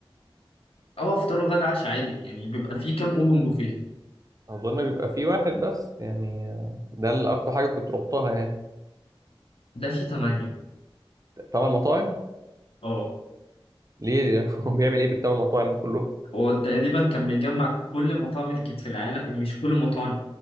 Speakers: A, on the left; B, on the right.
A: اه فطار وغدا عشاء عادي يعني بيبقى فيه كام اوبن بوفيه
B: اظن بيبقى فيه واحد بس يعني آه، ده اللي اكتر حاجه كنت روحتها يعني
A: ده فيه تمانية
B: تمن مطاعم
A: اه
B: ليه <laughs> هو بيعمل ايه بالتمن مطاعم كلهم
A: هو تقريبا كان مجمع كل المطاعم اللي كانت في العالم مش كل المطاعم